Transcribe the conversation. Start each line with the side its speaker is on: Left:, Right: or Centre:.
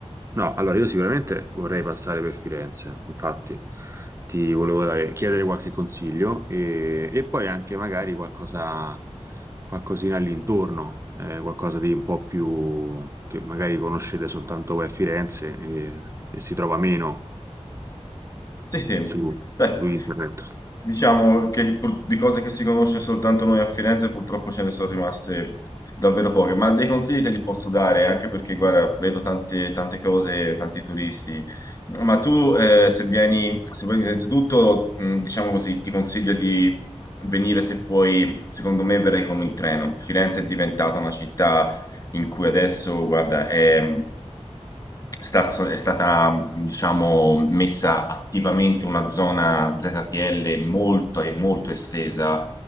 Right: No, allora io sicuramente vorrei passare per Firenze, infatti ti volevo dare- chiedere qualche consiglio e, e poi anche magari qualcosa, qualcosina all'intorno, eh, qualcosa di un po' più che magari conoscete soltanto voi a Firenze e, e si trova meno
Left: Sì, sì.
Right: su
Left: Beh,
Right: su internet.
Left: diciamo che pur- di cose che si conosce soltanto noi a Firenze purtroppo ce ne sono rimaste davvero poche, ma dei consigli te li posso dare, anche perché, guarda, vedo tante, tante cose, tanti turisti, ma tu eh, se vieni, se vieni innanzitutto, mh, diciamo così, ti consiglio di venire se puoi, secondo me verrai con il treno. Firenze è diventata una città in cui adesso, guarda, è è sta- so, è stata, diciamo, messa attivamente una zona ZTL molto e molto estesa